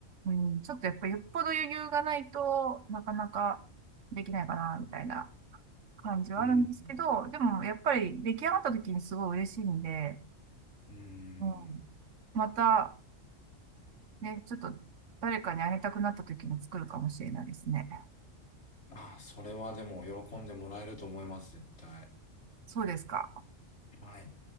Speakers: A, on the right; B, on the left.
A: うん、ちょっとやっぱりよっぽど余裕がないとなかなかできないかな、みたいな感じはあるんですけど、
B: うん、
A: でもやっぱり出来上がった時にすごい嬉しいんで、
B: うん。
A: うん。また、ね、ちょっと誰かにあげたくなった時に作るかもしれないですね。
B: ああ、それはでも喜んでもらえると思います、絶対。
A: そうですか。
B: はい。